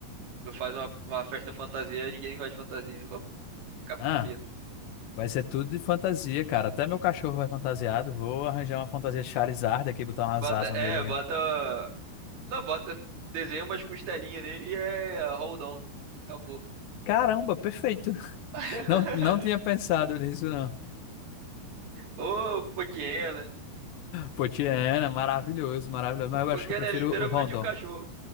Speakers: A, on the right (about 65°); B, on the left (about 85°).
A: tu faz uma, uma festa fantasia e ninguém vai de fantasia. Ô, capeta.
B: Ah, vai ser tudo de fantasia, cara. Até meu cachorro vai fantasiado. Vou arranjar uma fantasia de Charizard aqui, botar umas
A: Bota,
B: asas
A: é,
B: nele aqui.
A: bota. Não, bota. Desenha umas costelinhas nele e é hold on. Acabou.
B: Caramba, perfeito. <laughs>
A: <laughs>
B: Não, não tinha pensado nisso, não.
A: Ô, Poquiena.
B: Potiena, maravilhoso, maravilhoso. Mas eu
A: Poquiena
B: acho que eu prefiro
A: é literalmente
B: o Rondon.
A: um cachorro.